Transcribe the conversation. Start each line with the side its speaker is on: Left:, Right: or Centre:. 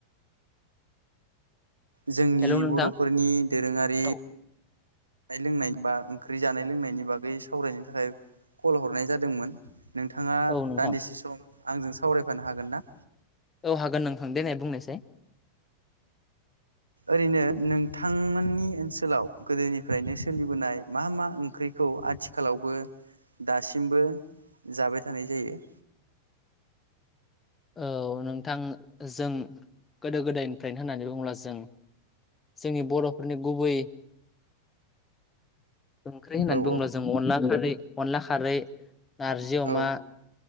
Right: जोंनि
Left: हेलौ नोंथां
Right: बर'फोरनि दोरोङारि।
Left: औ
Right: जानाय लोंनाय बा ओंख्रि जानाय लोंनायनि बागै सावरायनो थाखाय कल हरनाय जादोंमोन। नोंथाङा
Left: औ नोंथां
Right: दान्दिसे सम आंजों सावरायफानो हागोन ना।
Left: औ हागोन नोंथां देनाय बुंनायसाय।
Right: ओरैनो नोंथांमोननि ओनसोलाव गोदोनि फ्रायनो सोलिबोनाय मा मा ओं ख्रिखौ आथिखालावबो दासिमबो जाबाय थानाय जायो।
Left: औ नोंथां जों गोदो गोदायनिफ्रायनो होननानै बुङोब्ला जों जोंनि बर'फोरनि गुबै ओंख्रि होननानै
Right: औ
Left: बुङोब्ला
Right: औ
Left: जों अनला खारै अनला खारै नारजि अमा।
Right: औ